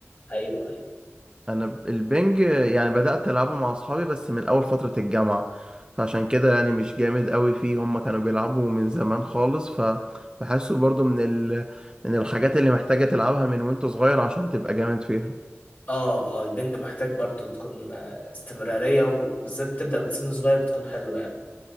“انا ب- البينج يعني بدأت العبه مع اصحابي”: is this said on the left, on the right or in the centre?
Right